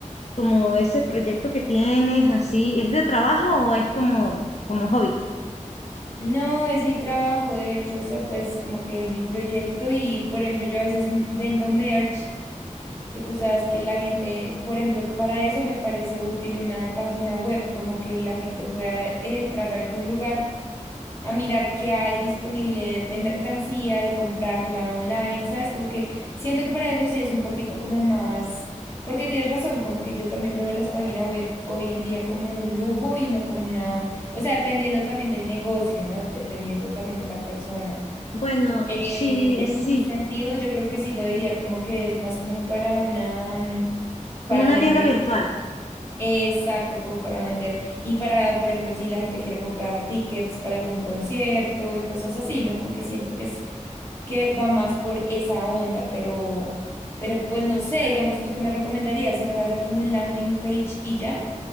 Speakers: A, on the left; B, on the left.
A: como ese proyecto que tienes, así, ¿es de trabajo o es como, como hobby?
B: No, es mi trabajo, de hecho, o sea, pues como que es mi proyecto y, por ejemplo, yo a veces m- vendo merch que tú sabes que la gente, por ejemplo, para eso me parece útil una página web, como que la gente pueda entrar a algún lugar a mirar qué hay disponible de mercancía y comprarla online, ¿sabes? Como que siento que para eso sí es un poquito como más, porque tienes razón, como que yo también veo las páginas web hoy en día como un lujo y no como una, o sea, dependiendo también del negocio, ¿no? Dependiendo también de la persona.
A: Bueno,
B: Eh,
A: sí,
B: en
A: sí,
B: mi sentido, yo creo que sí lo diría como que es más como para una, mm, para
A: como una
B: vender.
A: tienda virtual.
B: Exacto, como para vender. Y para, por ejemplo, si la gente quiere comprar tickets para algún concierto y cosas así, ¿no? Como que siento que es, que va más por esa onda, pero, pero pues no sé, digamos, ¿tú qué me recomendarías? ¿Se puede hacer como un landing page y ya?